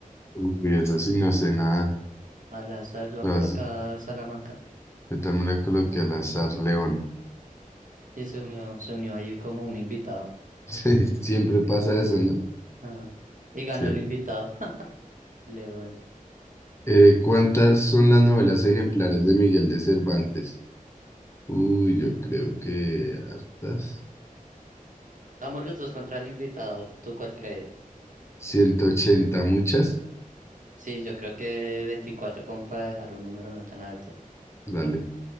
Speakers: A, on the left; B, on the right.
A: Uy, eso sí no sé nada.
B: Al azar yo voy
A: Lo
B: a colocar
A: has-
B: Salamanca.
A: yo también le coloqué al azar León. <laughs>
B: Y se unió, se unió ahí como un invitado.
A: Sí, siempre pasa eso, ¿no?
B: Ah, y ganó
A: Sí.
B: el invitado, <laughs> León.
A: Eh, ¿cuántas son las novelas ejemplares de Miguel de Cervantes? Uy, yo creo que hartas.
B: Vamos los dos contra el invitado, ¿tú cuál crees?
A: ciento ochenta muchas.
B: Sí, yo creo que 24 como para dejar un número no tan alto.
A: Dale,